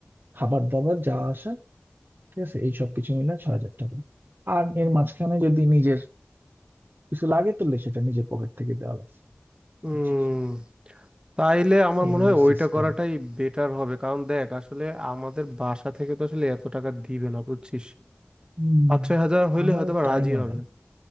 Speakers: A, on the right (about 60°); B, on the right (about 20°).
A: খাবার দাবার যাওয়া আসা ঠিক আছে এই সবকিছু মিলায় ছয় হাজার টাকা আর এর মাঝখানে যদি নিজের কিছু লাগে তাহলে সেটা নিজের পকেট থেকে দেওয়া লাগছে
B: হুম।
A: বুঝছিস?
B: তাইলে আমার
A: এই
B: মনে
A: হলো
B: হয় ওইটা
A: সিস্টেম
B: করাটাই বেটার হবে কারণ দেখ আসলে আমাদের বাসা থেকে তো আসলে এত টাকা দিবে না বুঝছিস
A: হম
B: পাঁচ ছয় হাজার হইলে
A: আমারও
B: হয়তো বা
A: তাই
B: রাজি
A: মনে
B: হবে
A: হয়